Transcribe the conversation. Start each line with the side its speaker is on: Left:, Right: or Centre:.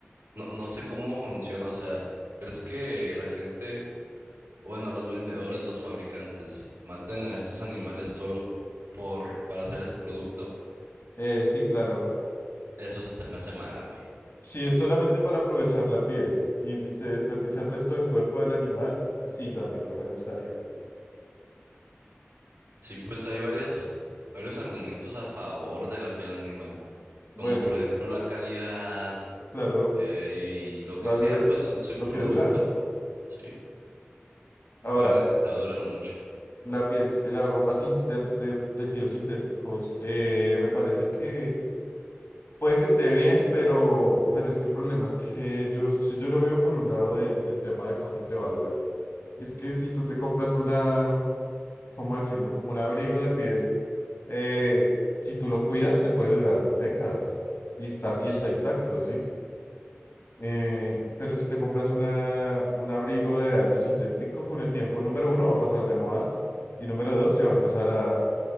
Right: No, no sé cómo funciona. O sea, ¿crees que la gente Bueno, los vendedores, los fabricantes, maten a estos animales solo por, para hacer ese producto.
Left: Eh, sí, claro.
Right: Eso se me hace mal a mí.
Left: Si es solamente para aprovechar la piel y se desperdicia el resto del cuerpo del animal, sí, también no me gustaría.
Right: Sí, pues hay varias, varios argumentos a favor de la piel animal, como
Left: Bueno,
Right: por
Left: y
Right: ejemplo la calidad
Left: claro,
Right: eh, y lo
Left: la
Right: que sea,
Left: dura,
Right: pues su, su
Left: lo
Right: producto.
Left: que dura.
Right: Sí,
Left: Ahora,
Right: obviamente te va a durar mucho.
Left: la piel, la ropa sin ter- de tejidos sintéticos, eh, me parece que puede que esté bien, pero, pero es que el problema es que yo, si yo lo veo por un lado de- del tema de cuánto te va a durar. Y es que si tú te compras una, ¿cómo decirlo? Como un abrigo de piel eh, si tú lo cuidas, te puede durar décadas y está, y
Right: Sí.
Left: está intacto, ¿sí? Eh, pero si te compras una, un abrigo de algo sintético, con el tiempo, número uno, va a pasar de moda y número dos, se va a empezar a,